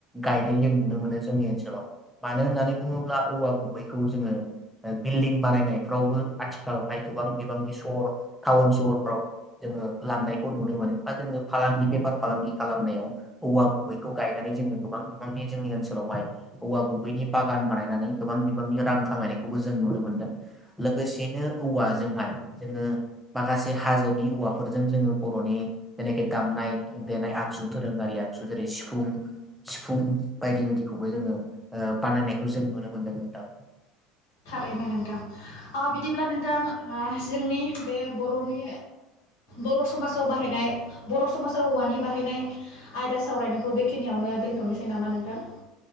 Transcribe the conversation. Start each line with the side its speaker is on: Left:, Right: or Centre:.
Centre: गायनाय जों नुनो मोनो जोंनि ओनसोलाव मानो होननानै बुङोब्ला औवा गुबैखौ जोङो बिल्डिं बानायनायफ्रावबो आथिखालावहाय गोबां बिबांनि सहर टाउन सहरफ्राव जोङो लांनायखौ नुनो मोनो बा जोङो फालांगि बेफार फालांगि खालामनायाव औवा गुबैखौ गायनानै जोङो। गोबां बिबांनि जोंनि ओनसोलावहाय औवा गुबैनि बागान बानायनानै गोबां बिबांनि रां खामायनायखौबो जों नुनो मोनदों लोगोसेनो औवाजोंहाय जोङो माखासे हाजोनि औवाफोरजों जोङो बर'नि जेनाखि दामनाय देनाय आगजु दोरोङारि आगजु जेरै सिफुं। सिफुं बायदि बायदिखौबो जोङो बानायनायखौ जों नुनो मोनदों नोंथां।
Left: थारैनो नोंथां। अ बिदिब्ला नोंथां। जोंनि बे बर'नि बर' समाजाव बाहायनाय बर' समाजाव औवानि बाहायनाय आयदा सावरायनायखौ बेखिनियावनो दोनथ'नोसै नामा नोंथां।